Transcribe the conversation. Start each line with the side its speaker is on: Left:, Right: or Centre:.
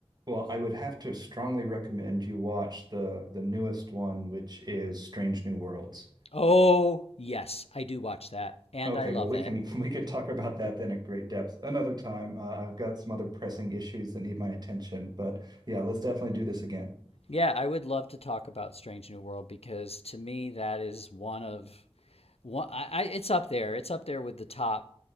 Right: Well, I would have to strongly recommend you watch the the newest one, which is Strange New Worlds.
Left: Oh yes, I do watch that, and
Right: Okay,
Left: I love
Right: well, we
Left: it.
Right: can <laughs> we could talk about that then at great depth another time. Uh, I've got some other pressing issues that need my attention, but yeah, let's definitely do this again.
Left: Yeah, I would love to talk about Strange New World because to me that is one of one. I, I it's up there. It's up there with the top